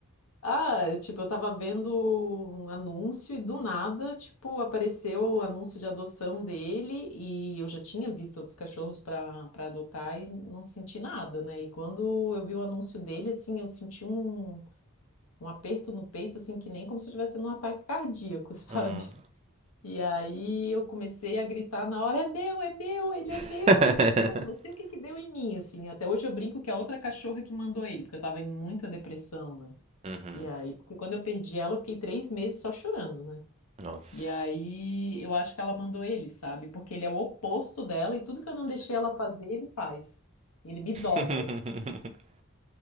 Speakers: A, on the left (about 85°); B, on the right (about 30°).
A: Ah, tipo, eu tava vendo um anúncio e do nada, tipo, apareceu o anúncio de adoção dele e eu já tinha visto outros cachorros para para adotar e não senti nada, né? E quando eu vi o anúncio dele, assim, eu senti um, um aperto no peito, assim, que nem como se eu estivesse num ataque cardíaco, <laughs> sabe?
B: Hum.
A: E aí eu comecei a gritar na hora, é meu, é meu, ele
B: <laughs>
A: é meu, ele é meu. Não sei o que que deu em mim, assim. Até hoje eu brinco que é a outra cachorra que mandou ele, porque eu tava em muita depressão, né?
B: Uhum.
A: E aí, porque quando eu perdi ela, eu fiquei três meses só chorando, né?
B: Nossa.
A: E aí, eu acho que ela mandou ele, sabe? Porque ele é o oposto dela e tudo que eu não deixei ela fazer, ele faz. Ele me dobra.
B: <laughs>